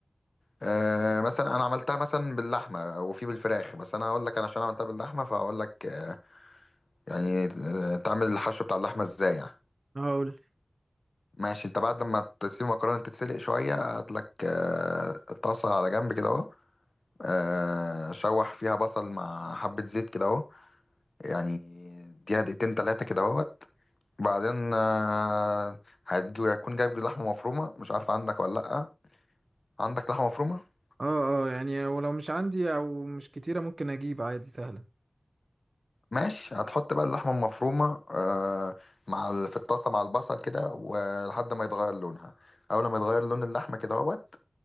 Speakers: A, on the left (about 75°); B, on the right (about 65°).
A: آه، مثلا انا عملتها مثلا باللحمه وفي بالفراخ بس انا هقول لك انا عشان عملتها باللحمه فهقول لك آه، يعني آه، تعمل الحشو بتاع اللحمه ازاي يعني
B: اه قول لي.
A: ماشي انت بعد ما تسيب المكرونه تتسلق شويه هات لك آه، طاسه على جنب كده اهو آه، شوح فيها بصل مع حبه زيت كده اهو يعني اديها دقيقتين تلاته كده اهوت بعدين آه، هتجي- هتكون جايب لحمه مفرومه مش عارف عندك ولا لا عندك لحمه مفرومه
B: اه اه يعني ولو مش عندي او مش كتيره ممكن اجيب عادي سهله
A: ماشي هتحط بقى اللحمه المفرومه آه، مع ال- في الطاسه مع البصل كده ولحد ما يتغير لونها اول ما يتغير لون اللحمه كده اهوت